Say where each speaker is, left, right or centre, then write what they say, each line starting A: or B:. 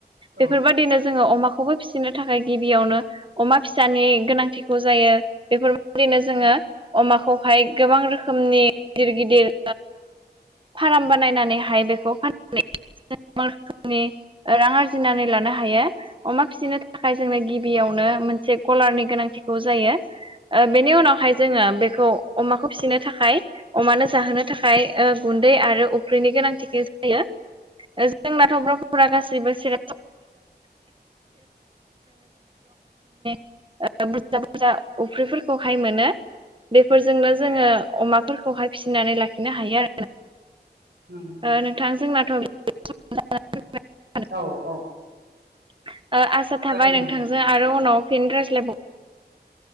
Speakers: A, on the right; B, on the right.
A: औ
B: बेफोरबायदिनो जोङो अमाखौबो फिसिनो थाखाय गिबियावनो अमा फिसानि गोनां थिखौ जायो बेफोरबायदिनो जोङो अमाखौहाय गोबां रोखोमनि गिदिर गिदिर फार्म बानायनानैहाय बेखौ फाननानै <unintelligible> रां आरजिनानै लानो हायो अमा फिसिनो थाखाय जोंनो गि बियावनो मोनसे गलारनि गोनांथिखौ जायो। ओ बेनि उनावहाय जोङो बेखौ अमाखौ फिसिनो थाखाय अमानो जाहोनो थाखाय ओ गुन्दै आरो अफ्रिनि गोनांथिखौ जायो। जोंनाथ' बर'फोरा गासैबो सेरेब <unintelligible> <unintelligible> ओ बुरजा बुरजा अफ्रिफोरखौहाय मोनो। बेफोरजोंनो जोङो अमाफोरखौहाय फिसिनानै लाखिनो हायो आरो
A: नंगौ नंगौ
B: ओ नोंथां <unintelligible>
A: औ औ
B: ओ आसा
A: जागोन
B: थाबाय
A: दे
B: नोंथांजों
A: नोंथां
B: आरो उनाव फिन रायज्लायबाव